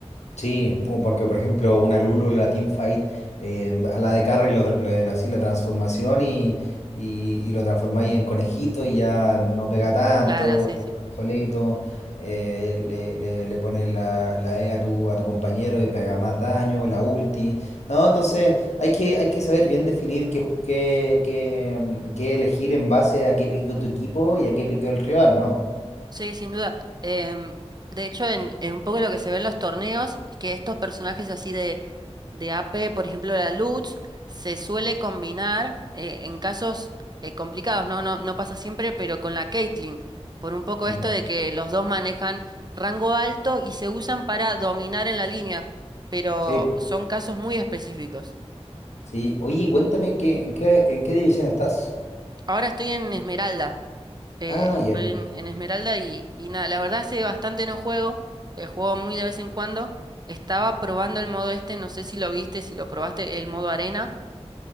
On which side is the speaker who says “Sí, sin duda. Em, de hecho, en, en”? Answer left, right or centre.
Right